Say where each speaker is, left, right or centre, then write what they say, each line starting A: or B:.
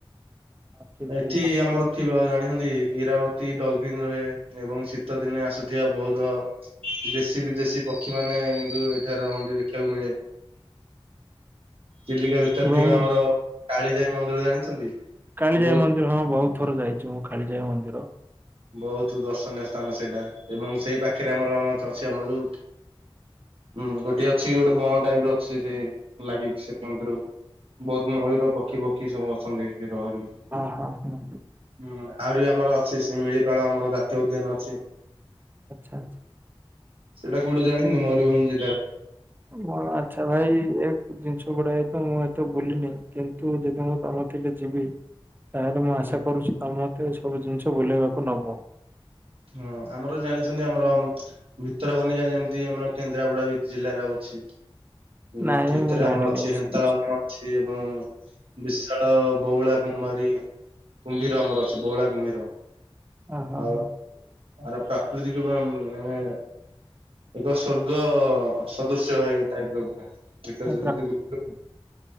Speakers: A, on the right; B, on the right.
A: ହଁ ଠିକ୍ ଠିକ୍।
B: ଏଠି ଆମର ଥିବା ଜାଣିଛନ୍ତି? ଇରାବତୀ ଡଲଫିିନ ରୁହେ ଏବଂ ଶୀତ ଦିନେ ଆସୁଥିବା ବହୁତ ଦେଶୀ ବି- ଦେଶୀ ପକ୍ଷୀ ମାନେ ହିନ୍ଦୁ ଏଠାରେ ରହନ୍ତି ଦେଖିବାକୁ ମିଳେ। ଚିଲିକା ଭିତରେ
A: ଏବଂ
B: ଥିବା ଆମର କାଳିଜାଇ ମନ୍ଦିର ଜାଣିଛନ୍ତି?
A: କାଳିଜାଇ
B: ବହୁତ
A: ମନ୍ଦିର ହଁ ବହୁତ ଥର ଯାଇଛି ମୁଁ କାଳିଜାଇ ମନ୍ଦିର।
B: ବହୁତ ଦର୍ଶନୀୟ ସ୍ଥାନ ସେଇଟା ଏବଂ ସେଇ ପାଖରେ ଆମର ଆମ ଅଛି ଆମର ଯୋଉ ହୁଁ ଗୋଟେ ଅଛି ଗୋଟେ ବଣ ଟାଇପ ର ଅଛି ସେ ଲାଗିକି ସେ ମନ୍ଦିରକୁ। ବହୁତ ମୟୂର ପକ୍ଷୀ ପକ୍ଷୀ ସବୁ ଅଛନ୍ତି। ରହନ୍ତି।
A: ହ ହଁ ହଁ।
B: ହୁଁ ଆହୁରି ଆମର ଅଛି ସେ ଶିମିଳିପାଳ ଆମର ଜାତୀୟ ଉଦ୍ୟାନ ଅଛି।
A: ଆଚ୍ଛା।
B: ସେଇଟା କୋଉଠି ଜାଣିଛନ୍ତି ମୟୂରଭଞ୍ଜ ଜିଲ୍ଲାର
A: ମା ଆଛା ଭାଇ ଜିନିଷ ଗୁଡାଏ ତ ମୁଁ ଏତେ ବୁଲିନି କିନ୍ତୁ ଯଦି ମୁଁ ତାମ ଥିଲେ ଯିବି। ତାହେଲେ ମୁଁ
B: ହୁଁ
A: ଆଶା କରୁଛି ତମ ମତେ ସବୁ ଜିନିଷ ବୁଲେଇବାକୁ ନବ?
B: ହଁ ଆମର ଜାଣିଛନ୍ତି ଆମର ଭିତରକନିକା ଯେମିତି ଆମର କେନ୍ଦ୍ରାପଡା ଜିଲ୍ଲାରେ ଅ ଛି
A: ନାଇଁ
B: ଭିତରେ
A: ମୁଁ ଜାଣିନି
B: ଆମର ଅଛି
A: ଏସବୁ
B: ହେନ୍ତାଳ
A: ବିଷୟ
B: ଅଛି ଏବଂ ବିଶାଳ ବଉଳା କୁମ୍ମାରୀ କୁମ୍ଭୀର ଆମର ଅଛି ବଉଳା କୁମ୍ଭୀର।
A: ହ ହ
B: ଆଉ
A: ହଁ।
B: ଆର ପ୍ରାକୃତିକ ମାନେ ଏକ ସ୍ଵର୍ଗ ସଦୃଶ୍ୟ ହ ଟାଇପ ଗଟେ
A: ନା
B: ଭିତରେ